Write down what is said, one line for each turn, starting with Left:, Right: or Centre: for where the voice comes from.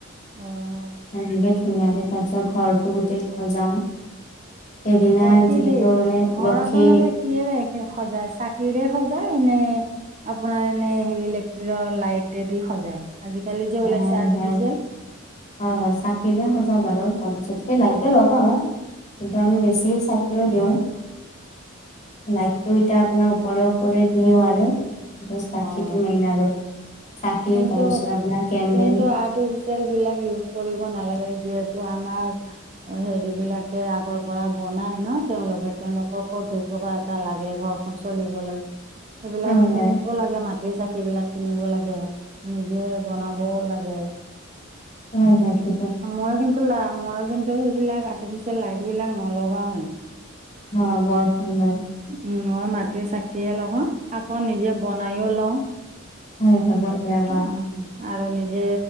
Right: অ',
Left: এনেকে ধুনীয়াকে তাৰপিছত ঘৰটো গোটেই সজাওঁ সেইদিনা
Right: ঘৰ কি
Left: যিহেতু
Right: দি
Left: মানে
Right: ঘৰ
Left: লক্ষী
Right: আপোনালোকে কিহেৰে সজায়, চাকিৰে সজায় নে আপোনাৰ এনেই সেই ইলেক্ট্ৰিকৰ লাইটেদি সজায়। আজিকালি
Left: নহয়
Right: ওলাইছে আৰ্ফিচিয়েল
Left: নহয় হয় হয় চাকিৰে সজাওঁ বাৰু তাৰ পিছত সেই
Right: অ',
Left: লাইটে লগাওঁ কিন্তু আমি বেছি চাকিও দিওঁ লাইটটো এতিয়া আপোনাৰ উপৰে উপৰে দিওঁ আৰু। চাকিটো
Right: অ',
Left: মেইন আৰু,
Right: এই
Left: চাকি
Right: কিন্তু
Left: তাৰপিছত আপোনাৰ কেণ্ডেল
Right: কিন্তু আৰ্টিফিচিয়েল বিলাক ইউজ কৰিব নালাগে, যিহেতু আমাৰ হেৰি বিলাকে আগৰ পৰা বনাই ন তেওঁলোকে তেওঁলোককো দু টকা এটা লাগে ঘৰখন চলিবলৈ সেইবিলাক
Left: হয় হয়
Right: কিনিব লাগে মাটিৰ চাকি বিলাক কিনিব লাগে নিজে বনাব লাগে।
Left: হয় নেকি
Right: মই কিন্তু লা, মই কিন্তু সেইবিলাক আৰ্টিফিচিয়েল লাইট বিলাক নলগাওৱে।
Left: অ বৰফেণ্ডৰ
Right: উম, মই মাটিৰ চাকিয়ে লগাও, আকৌ নিজে বনাইও লওঁ।
Left: হয় হয় বঢ়িয়া বা
Right: অ' আৰু নিজে